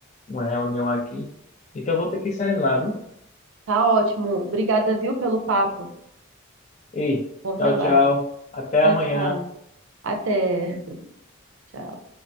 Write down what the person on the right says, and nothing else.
Tá ótimo. Obrigada, viu, pelo papo.
Bom trabalho.
Tchau,
tchau. Até. Tchau.